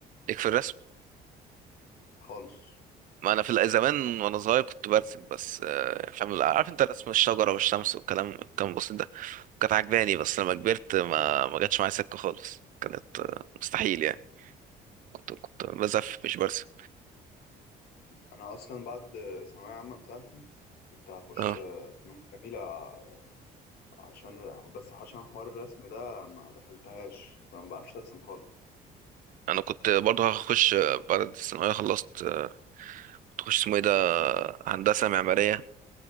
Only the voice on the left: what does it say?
خالص
ما أعرف.
انا اصلا بعد ثانويه عامه بتاعتي كنت هخش
فنون جميله ع- عشان بس عشان حوار الرسم ده ما دخلتهاش فما بعرفش ارسم خالص